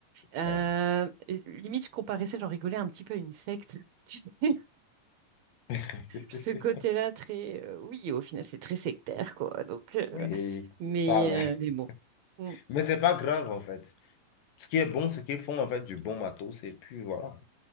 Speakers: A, on the right (about 70°); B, on the left (about 85°).
A: Euh,
B: ouais.
A: limite, je comparais ça, j'en rigolais un petit peu à une secte. <laughs>
B: <laughs>
A: ce côté-là très euh, oui au final c'est très sectaire quoi donc euh,
B: Oui,
A: mais
B: ça l'est.
A: euh, mais bon Mm.
B: Mais c'est pas grave, en fait. Ce qui est bon, c'est qu'ils font, en fait, du bon matos. Et puis, voilà.